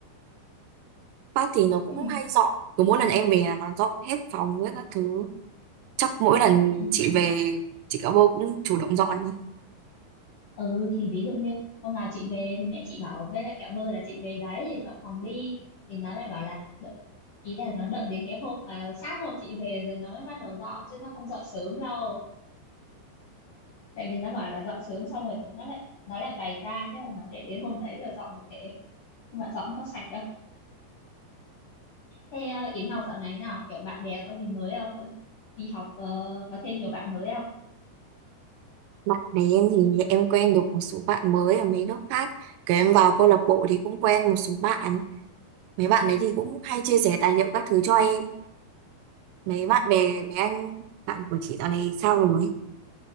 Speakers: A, on the right (about 80°); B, on the left (about 65°).
A: phát thì nó cũng
B: <laughs>
A: hay dọn cứ mỗi lần em về là nó dọn hết phòng hết các thứ chắc mỗi lần
B: ừ
A: chị về chị cả bô cũng chủ động dọn ý.
B: Ừ, thì ví dụ như hôm nào chị về thì mẹ chị bảo với lại kẹo bơ là chị về đấy dọn phòng đi thì nó lại bảo là đợi- ý là nó đợi đến cái hôm mà sát hôm chị về rồi nó mới bắt đầu dọn chứ nó không dọn sớm đâu tại vì nó bảo là dọn sớm xong rồi chúng nó lại nó lại bày ra thế là nó để đến hôm đấy rồi dọn một thể nhưng mà dọn có sạch đâu thế ờ, Yến Ngọc dạo này nào kiểu bạn bè có gì mới không có đi học ờ, có thêm nhiều bạn mới không
A: bạn bè em thì em quen được một số bạn mới ở mấy nước khác cái em vào câu lạc bộ thì cũng quen một số bạn mấy bạn đấy thì cũng hay chia sẻ tài liệu các thứ cho em mấy bạn
B: Ừ.
A: bè mấy anh bạn của chị dạo này sao rồi